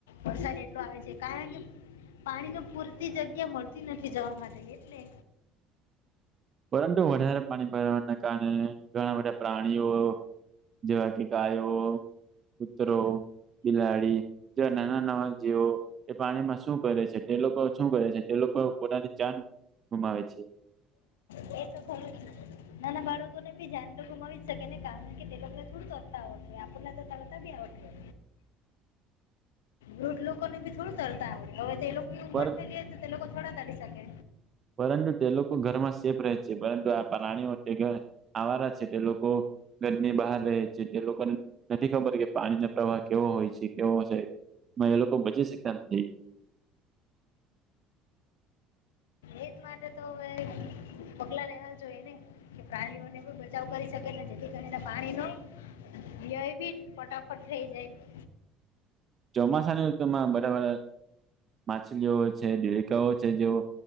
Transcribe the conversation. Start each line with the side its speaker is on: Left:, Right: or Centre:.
Left: વરસાદ એટલો આવે છે કારણ કે પાણી ન પૂરતી જગ્યા મળ તી નથી જવા માટે એટલે.
Right: પરંતુ વધારે પાણી ભરાવાના કારણે ઘણા બધા પ્રાણીઓ, જેવા કે ગાયો, કૂતરો, બિલાડી, જો નાના નવા જીવો. તે પાણીમાં શું કરે છે તે લોકો શું કરે છે તે લોકો પોતાની જાન ગુમાવે છે. <inaudible>
Left: એ તો ખરું નાના બાળકો ને બી ધ્યાન તો ગુમાવી શકે ને કારણ કે તે લોકોને થોડુ તર તરતા આવડતુ આપને વૃદ્ધ લોકોને બી થોડું તરતા આવડે હવે તો એ લોકો ઉંમર
Right: પર
Left: થઈલી જય તો તે લોકો થોડા તરી શકે.
Right: પરંતુ તે લોકો ઘરમાં સેફ રહે છે પરંતુ આ પ્રાણી આવારા છે તે લોકો ઘરની બહાર રહે છે જે લોકોને ખબર કે પાણીનો પ્રવાહ કેવો હોય છે કેવો છેમાં એ લોકો બચી શકતા નથી.
Left: એજ માટે તો હવે પગલા લેવા જોઈએ ને. કે પ્રાણીઓને પણ બચાવ કરી શકેને જેથી કરીને પાણીનો. ય ભી ફટાફટ થઈ જાય.
Right: ચોમાસાની ઋુતૂમાં બરાા બા. માછલીઓ છે દેડકાંઓ છે જેવો